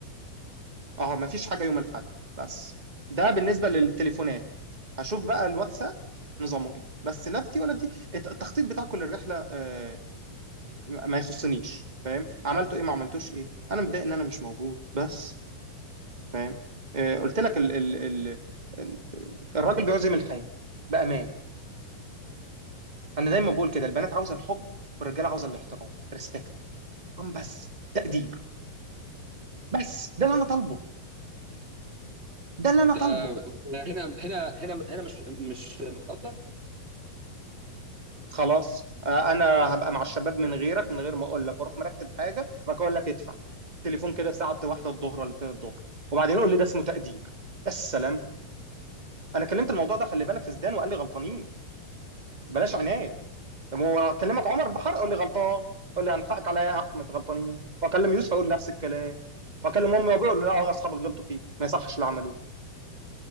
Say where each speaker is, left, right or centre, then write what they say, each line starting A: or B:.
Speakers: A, on the right (about 80°); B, on the right (about 20°).
A: اهو مفيش حاجه يوم الاحد بس ده بالنسبه للتليفونات هشوف بقى الواتساب نظامه ايه بس لا في دي ولا في دي الت- التخطيط بتاع كل الرحله آه، ما يخصنيش فاهم عملته ايه ما عملتوش ايه انا متضايق ان انا مش موجود بس فاهم آه، قلت لك ال ال ال ال- الراجل بيعزم الحياه بامانه انا دايما بقول كده البنات عاوزه الحب والرجاله عاوزه الاحترام ريسبكت بس تقدير بس ده اللي انا طالبه ده اللي انا
B: انت
A: طالبه
B: هنا هنا هنا هنا مش مش متقدر
A: خلاص آه، انا هبقى مع الشباب من غيرك من غير ما اقول لك واروح مرتب حاجه وبعد كده اقول لك ادفع تليفون كده الساعه واحدة الظهر ولا 2 الظهر وبعدين يقول لي ده اسمه تقدير السلام انا كلمت الموضوع ده خلي بالك في زدان وقال لي غلطانين بلاش عناد طب هو اكلمك عمر بحر قول لي غلطان قول لي هنحقك عليا يا احمد غلطانين واكلم يوسف اقول نفس الكلام واكلم امي وابوي اقول لا آه، اصحابك غلطوا فيك ما يصحش اللي عملوه